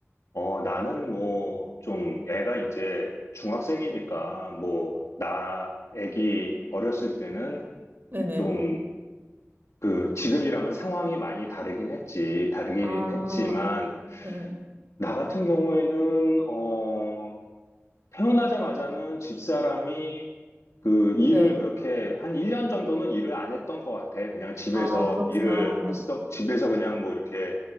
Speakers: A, on the left; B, on the right.
A: 어, 나는 뭐, 좀, 애가 이제 중학생이니까, 뭐, 나 애기 어렸을 때는
B: 네네.
A: 좀, 그, 지금이랑은 상황이 많이 다르긴 했지. 다르긴
B: 아,
A: 했지만,
B: 네.
A: 나 같은 경우에는, 어, 태어나자마자는 집사람이 그 일을
B: 네.
A: 그렇게 한 1년 정도는 일을 안 했던 것 같아. 그냥 집에서
B: 아, 그렇구나.
A: 일을 했어. 집에서 그냥 뭐 이렇게